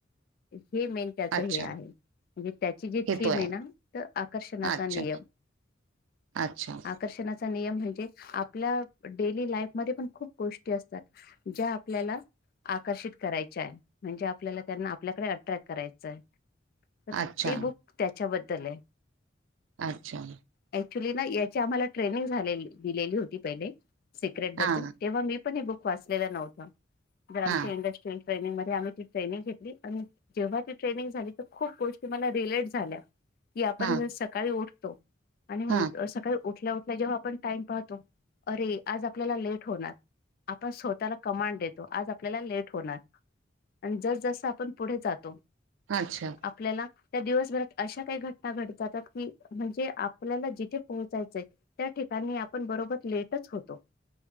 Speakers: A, on the left; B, on the right.
A: हे मेन त्याचं
B: अच्छा
A: हे आहे, म्हणजे त्याची जी
B: येतोय
A: थीम आहे ना, तर आकर्षणाचा
B: अच्छा
A: नियम.
B: अच्छा.
A: कर्षणाचा नियम म्हणजे, आपल्या डेली लाईफ मध्ये पण खूप गोष्टी असतात. ज्या आपल्याला आकर्षित करायच्या हाय, म्हणजे आपल्याला त्यांना आपल्याकडे अट्रॅक्ट करायचंय. तर
B: अच्छा
A: ते बुक त्याच्याबद्दल आहे.
B: अच्छा.
A: ऍक्च्युली ना याची आम्हाला ट्रेनिंग झालेली दिलेली होती पहिले, सिक्रेट बद्दल
B: हा
A: तेव्हा मी पण हे बुक वाचलेलं नव्हतं, जर आमच्या
B: हा
A: इंडस्ट्रियल ट्रेनिंग मध्ये आम्ही ती ट्रेनिंग घेतली आणि जेव्हा ती ट्रेनिंग झाली तर खूप गोष्टी मला रिलेट झाल्या. कि आपण
B: हा
A: जर सकाळी उठतो आणि म्हण
B: हा
A: अ सकाळी उठल्या उठ ल्या जेव्हा आपण टाइम पाहतो, अरे आज आपल्याला लेट होणार. आपण स्वतःला कमांड देतो, आज आपल्याला लेट होणार. आणि जसजस आपण पुढे जातो,
B: अच्छा
A: आपल्याला त्या दिवसभरात अशा काही घटना घडत जातात की, म्हणजे आपल्याला जिथे पोहोचायचंय त्या ठिकाणी आपण बरोबर लेटच होतो,